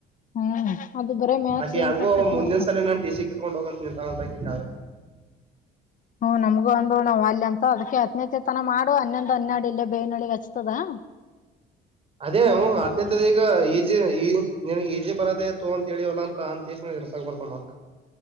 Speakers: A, on the left; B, on the right.
A: ಹ್ಮ್ ಅದು ಬರೇ ಮ್ಯಾಥ್ಸ್
B: ಅಕೆ
A: ಏನ್
B: ಹೆಂಗೋ
A: ಪ್ರಾಕ್ಟೀಸ್
B: ಮುಂದಿನ
A: ಮಾಡ್ತಾವ್
B: ಸಲಾ ನನ್ ಟೀ ಸಿ ಕಿತ್ಕೊಂಡ್ ಹೋಗಂತ ನಿಂತಂಳ ಅಂತ ಅಕಿ ಕಾವ್ಯಾ.
A: ಹ್ಮ್ ನಮ್ಗು ಅಂದಳು ನಾ ವಲ್ಯ ಅಂತ ಅದ್ಕೆ ಹತ್ತನೇತಿ ತನಾ ಮಾಡು ಹನ್ನೊಂದು ಹನ್ಯಾಡು ಇಲ್ಲೇ ಬೇವನಹಳ್ಳಿಗೆ ಹಚ್ಚತೆವ್ಯಾ. <inaudible>
B: ಅದೇ ಹು ಹತ್ತನೇತಿ ದ ಈಗಾ ಈಜಿ ಈ. ನಿನ್ಗೆ ಈಜಿ ಬರದೆೇ ತೊ ಅಂತ ಹೇಳಿವಲ್ಲಾ ಅಂತ ಕೆಸಿಂದಾ ಇರ್ಸಕ ಬರ್ತದ ಮತ್ತಾ.